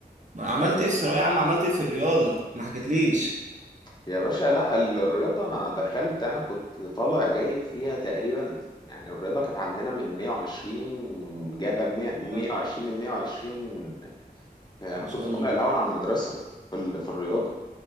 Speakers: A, on the right; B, on the left.
A: ما عملت ايه في ثانوية عامة عملت ايه في الرياضة ما حكيتليش
B: يا باشا لا الرياضه انا دخلت انا كنت طالع جايب فيها تقريبا يعني الرياضه كانت عندنا من 120 جايبه ب 100 120
A: لا
B: من 120 انا
A: ما
B: كنت
A: شاء الله
B: طالع الاول على المدرسه في ال- في الرياضه